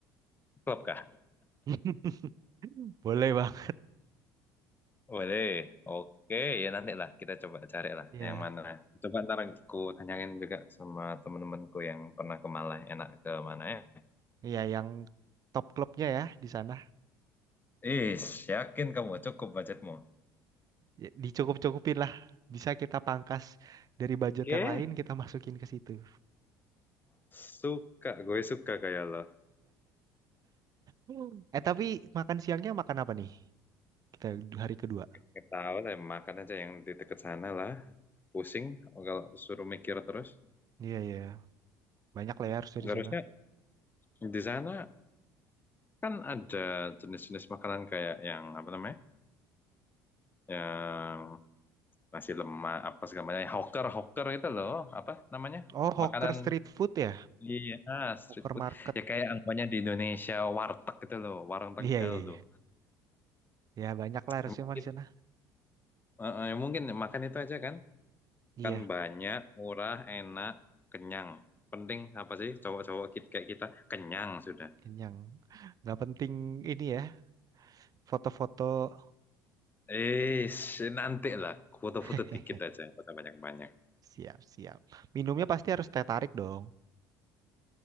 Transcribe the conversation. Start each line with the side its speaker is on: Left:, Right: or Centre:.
Left: klub kah?
Right: <laughs> Boleh bang.
Left: Boleh. Oke, ya nanti lah kita coba cari lah
Right: Iya,
Left: yang mana. Coba ntar aku tanyain juga sama temen-temenku yang pernah ke Malah enak ke mana ya.
Right: iya yang top klubnya ya di sana.
Left: Is, yakin kamu cukup budgetmu?
Right: Ya, dicukup-cukupin lah. Bisa kita pangkas dari budget
Left: Oke.
Right: yang lain kita masukin ke situ.
Left: Suka, gue suka kayak lo.
Right: Hmm. Eh tapi makan siangnya makan apa nih? Kita hari kedua.
Left: Nggak tahu lah, makan aja yang di dekat sana lah. Pusing kalau suruh mikir terus.
Right: Iya iya, banyak lah ya harusnya
Left: Nggak
Right: di
Left: harusnya
Right: sana.
Left: di sana kan ada jenis-jenis makanan kayak yang apa namanya? Yang nasi lemak apa segala macam. Hawker, hawker itu loh, apa namanya?
Right: Oh hawker
Left: Makanan
Right: street food ya,
Left: Iya, street
Right: hawker
Left: food.
Right: market.
Left: Ya kayak anggapannya di Indonesia warteg gitu loh, warung Tegal
Right: Iya iya
Left: tuh.
Right: iya. Ya banyak lah harusnya
Left: Ya Mungkin
Right: mah di sana.
Left: eh, eh, ya mungkin makan itu aja kan.
Right: Iya.
Left: Kan banyak, murah, enak, kenyang. Penting apa sih cowok-cowok kit- kayak kita? Kenyang sudah.
Right: Kenyang. Nggak penting ini ya, foto-foto.
Left: Eh, nanti lah. Foto-foto
Right: <laughs>
Left: dikit aja, nggak usah banyak-banyak.
Right: Siap, siap. Minumnya pasti harus teh tarik dong.